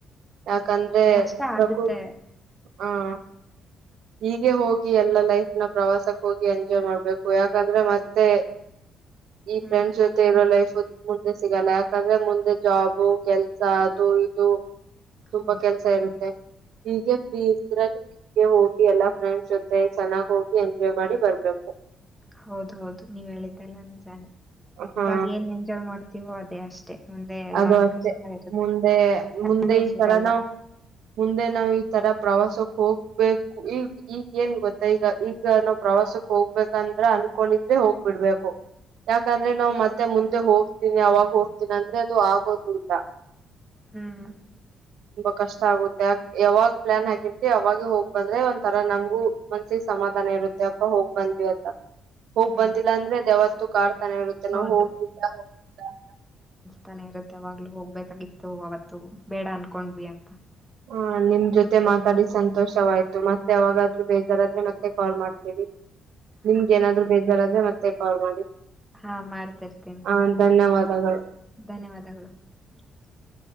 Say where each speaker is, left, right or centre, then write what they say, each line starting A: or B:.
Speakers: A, on the right; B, in the centre.
A: ಯಾಕಂದ್ರೆ
B: ಕಷ್ಟ
A: ಪ್ರು
B: ಆಗುತ್ತೆ
A: <unintelligible> ಹಾ <unintelligible> ಹೀಗೆ ಹೋಗಿ ಎಲ್ಲ ಲೈಫ್ನ ಪ್ರವಾಸಕ್ ಹೋಗಿ ಎಂಜಾಯ್ ಮಾಡ್ಬೇಕು ಯಾಕಂದ್ರೆ ಮತ್ತೆ <unintelligible> ಈ
B: ಹ್ಮ್
A: ಫ್ರೆಂಡ್ಸ್ ಜೊತೆ ಇರೋ ಲೈಫ್ <unintelligible> ಮುಂದೆ ಸಿಗಲ್ಲ ಯಾಕಂದ್ರೆ ಮುಂದೆ ಜಾಬು ಕೆಲ್ಸ ಅದು ಇದು <unintelligible> ತುಂಬಾ
B: ಹೌದು
A: ಕೆಲ್ಸ ಇರುತ್ತೆ ಹೀಗೆ ಫ್ರೀ ಇದ್ರಲ್ಲಿ ಹೀಗೆ ಹೋಗ <unintelligible> ಎಲ್ಲಾ ಫ್ರೆಂಡ್ಸ್ ಜೊತೆ ಚೆನ್ನಾಗ್ ಹೋಗಿ ಎಂಜಾಯ್ ಮಾಡಿ ಬರ್ಬೇಕು <unintelligible>
B: ಹೌದ ಹೌದು ನೀವ ಹೇಳಿದ್ದೆಲ್ಲ ನಿಜಾನೆ
A: ಹಾ
B: ಇವಾಗ ಏನ್ ಎಂಜಾಯ್ ಮಾಡ್ತೀವೋ ಅದೇ ಅಷ್ಟೇ <unintelligible> ಎಲ್ಲಾ
A: ಅದು ಅಷ್ಟೆ
B: ಕಷ್ಟ ಇರುತ್ತೆ
A: ಮುಂದೆ ಮುಂದೆ
B: ಸಮಯ
A: ಈ
B: ಸಿಗಲ್ಲ
A: ತರ ನಾವ್ ಮುಂದೆ ನಾವ್ ಈ ತರ <unintelligible> ಪ್ರವಾಸಕ್ ಹೋಗ್ಬೇಕು ಈಗ ಈಗ ಏನ್ ಗೊತ್ತ ಈಗ ಈಗ ನಾವು ಪ್ರವಾಸಕ್ಕೆ ಹೋಗ್ಬೇಕಂದ್ರ <unintelligible> ಅಂದಕೊಂಡಿದ್ರೆ ಹೋಗ್ಬಿಡ್ಬೇಕು ಯಾಕಂದ್ರೆ ನಾ್ ಮತ್ತೆ ಮುಂದೆ ಹೋಗ್ತೀನಿ ಅವಾಗ ಹೋಗ್ತೀನಿ ಅಂದ್ರೆ <unintelligible> ದು ಆಗೋದಂತ <unintelligible>
B: ಹ್ಮ್ <unintelligible>
A: ಕಷ್ಟ ಆಗುತ್ತೆ ಯಾವಾಗ್ ಪ್ಲಾನ್ ಆಗಿರ್ತಿತಿ ಅವಾಗ ಹೋಗ್ ಬಂದ್ರೆ ಒಂಥರ ನಮಗೂ ಮನ್ಸಿಗೆ ಸಮಾಧಾನ <unintelligible> ಇರುತ್ತೆ ಅಪ್ಪ ಹೋಗ್ ಬಂದ್ವಿ ಅದ <unintelligible> ಹೋಗ್
B: ಹ್ಮ್
A: ಬಂದಿಲ್ಲ ಅಂದ್ರೆ ಯಾವತ್ತೂ ಕಾಡ್ತಾನೆ ಇರುತ್ತೆ
B: ಹೌದು
A: ನಾ ಹೋಗ್ಲಿಲ್ಲ ಹೋಗಲಿಲ್ಲ ಅಂತ <unintelligible>
B: ತಾನೆ ಇರುತ್ತೆ ಅವಾಗ್ಲೂ ಹೋಗ್ಬೇಕಾಗಿತ್ತು ಅವತ್ತು ಬೇಡ ಅನ್ಕೊಂಡ್ವಿ ಅಂತ <unintelligible>
A: ಹ ನಿಮ್ ಜೊತೆ ಮಾತಾಡಿ ಸಂತೋಷವಾಯ್ತು ಮತ್ತೆ ಅವಾಗಾರು ಬೇಜಾರಾದ್ರೆ ಮತ್ತೆ ಕಾಲ್ ಮಾಡ್ <unintelligible> ನಿಮ್ಗೆ
B: ಹಾ
A: ಏನಾದ್ರು
B: ಸರಿ
A: ಬೇಜಾರ ಅಂದ್ರೆ ಮತ್ತೆ ಕಾಲ್ ಮಾಡಿ <unintelligible>
B: ಹಾ ಮಾಡ್ತಿರ್ತೀನಿ
A: ಆ ಧನ್ಯವಾದಗಳು.
B: ಧನ್ಯವಾದಗಳು <unintelligible>